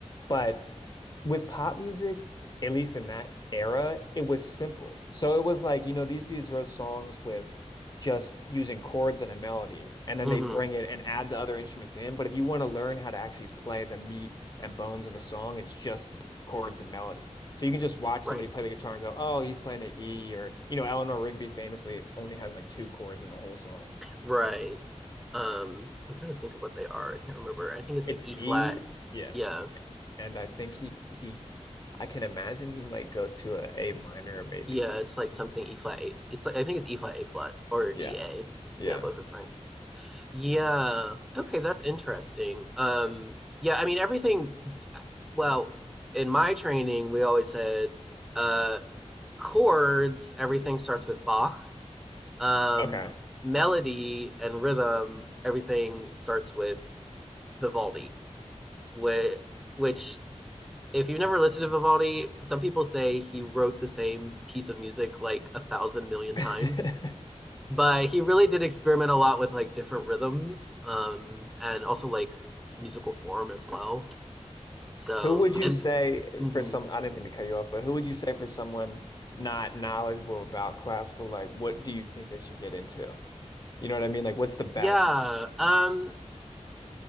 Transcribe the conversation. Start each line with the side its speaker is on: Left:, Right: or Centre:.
Left: But with pop music, at least in that era, it was simple. So it was like, you know, these dudes wrote songs with just using chords and a melody, and then
Centre: Mm-hmm.
Left: they'd bring it and add the other instruments in. But if you want to learn how to actually play the meat and bones of a song, it's just chords and melody. So you can just watch
Centre: Right.
Left: somebody play the guitar and go, oh, he's playing an E, or, you know, Eleanor Rigby famously only has like two chords in the whole song.
Centre: Right. Um I'm trying to think of what they are. I can't remember. I think it's
Left: It's
Centre: like E flat.
Left: E, yeah.
Centre: Yeah.
Left: And I think he, he, I can imagine he might go to a A minor, maybe.
Centre: Yeah, it's like something E flat. A- It's like I think it's E flat A flat or
Left: Yeah.
Centre: E A.
Left: Yeah.
Centre: Yeah, both are fine. Yeah. Okay, that's interesting. Um yeah, I mean everything well, in my training, we always said uh, chords, everything starts with Bach. Um,
Left: Okay.
Centre: melody and rhythm, everything starts with Vivaldi, which, which if you've never listened to Vivaldi, some people say he wrote the same piece of music like a thousand million
Left: <laughs>
Centre: times. But he really did experiment a lot with like different rhythms um, and also like musical form as well. So,
Left: Who would you
Centre: and
Left: say
Centre: mhm.
Left: for some, I didn't mean to cut you off, but who would you say for someone not knowledgeable about classical, like what do you think they should get into? You know what I mean? Like what's the best?
Centre: yeah, um,